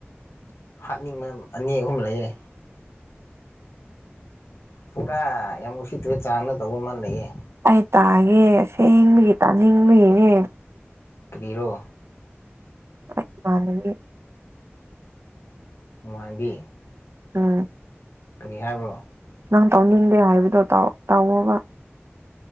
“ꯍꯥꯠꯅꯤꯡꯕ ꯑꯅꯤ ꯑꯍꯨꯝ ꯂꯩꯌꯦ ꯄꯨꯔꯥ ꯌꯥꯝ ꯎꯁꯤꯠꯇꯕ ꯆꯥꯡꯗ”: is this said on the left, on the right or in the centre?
Left